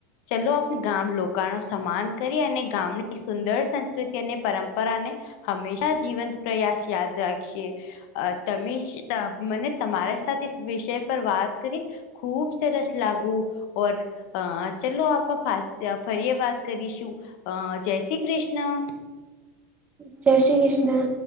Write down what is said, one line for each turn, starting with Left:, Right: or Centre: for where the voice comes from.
Left: ચલો આપ ગામ લોકો નો સન્માન કરી અને ગામની સુંદર સંસ્કૃતિ અને પરંપરાને હંમેશા જીવંત પ્રયાસ યાદ રાખીએ. અ તમે મને તમારા સાથે વિષય પર વાત કરીને ખૂબ સરસ લાગુ ઓર ચલો આપ પા ફરી વાત કરીશું. અ જય શ્રી કૃષ્ણ
Right: જય શ્રી કૃષ્ણ